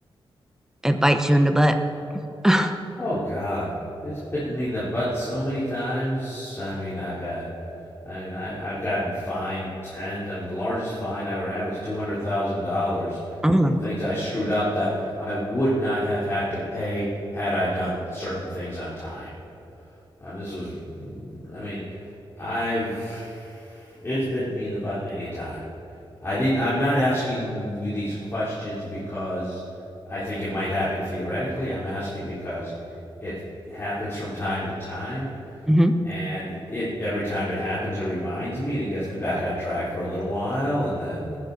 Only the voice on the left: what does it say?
Oh God, it's bitten me in the butt so many times. I mean, I've had, I mean, I, I've gotten fined tens. I mean, the largest fine I ever had was two hundred thousand dollars
for
things I screwed up that I would not have had to pay had I done certain things on time. I mean, this was, I mean, I've it's bitten me in the butt many a time. I didn't. I'm not asking you these questions because I think it might happen theoretically. I'm asking because it happens from time to time,
and it every time it happens, it reminds me, and it gets me back on track for a little while, and then